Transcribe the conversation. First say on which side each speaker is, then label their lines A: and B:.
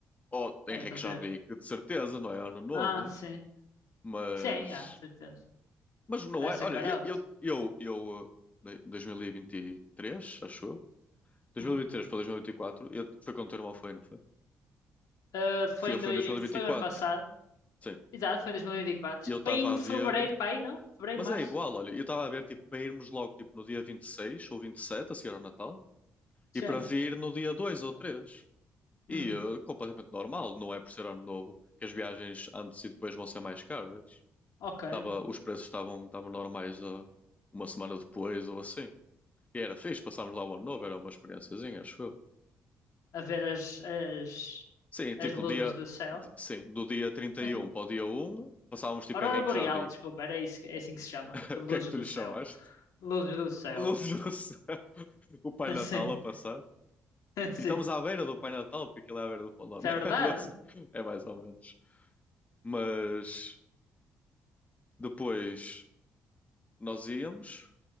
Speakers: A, on the left (about 20°); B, on the left (about 70°).
A: Ou Henrique
B: Devem fazer.
A: já vi que de certeza, não é ano novo,
B: Ah, sim.
A: mas,
B: Sim, já, de certeza.
A: mas não
B: Vai
A: é.
B: ser
A: Olha,
B: carote.
A: eu, eu, eu, eu eh, 2023, acho eu. 2023
B: Hum.
A: para 2024, eu, foi quando o teu irmão foi, não foi?
B: Ah, foi
A: Foi-
B: em
A: Ele foi
B: doi...
A: em 2024,
B: foi o ano passado.
A: sim.
B: Exato, foi em dois mil e vinte e quatro
A: E eu estava
B: Foi em
A: a
B: fevereiro,
A: ver.
B: para aí, não? Fevereiro,
A: Mas
B: março.
A: é igual, olha, eu estava a ver tipo, para irmos logo tipo, no dia 26 ou 27 a seguir ao Natal,
B: Sim.
A: e para vir no dia 2 ou três
B: Hum,
A: E eh, completamente normal, não é por ser ano novo que as viagens antes e depois vão ser mais caras.
B: ok.
A: Tava, os preços estavam estavam normais eh, uma semana depois ou assim. E era fixe, passámos lá o ano novo, era uma experiênciazinha, acho eu.
B: a ver as, as,
A: Sim, tipo,
B: as luzes
A: dia,
B: do céu.
A: d- sim, do dia trinta
B: Eh,
A: e um para o dia um passávamos tipo
B: Aurora
A: Henrique
B: Boreal,
A: Javi.
B: desculpa, era isso, que- é assim que se chama.
A: <laughs>
B: Luzes
A: O que é que tu
B: do
A: lhe
B: céu.
A: chamaste?
B: Luzes do céu.
A: Luz do céu. <laughs> O Pai
B: <laughs>
A: Natal
B: Sim,
A: a passar.
B: sim.
A: E estamos à beira do Pai Natal, porque aquilo é à beira do Pão de Ló.
B: Isso
A: <laughs>
B: é verdade?
A: Não sei, É mais ou menos. Mas depois nós íamos